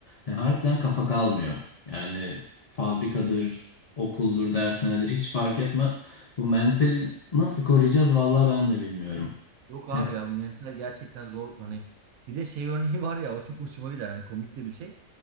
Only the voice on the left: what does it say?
Yani harbiden kafa kalmıyor. Yani fabrikadır, okuldur, dershanedir hiç fark etmez. Bu mental nasıl koruyacağız vallahi ben de bilmiyorum.
Ya.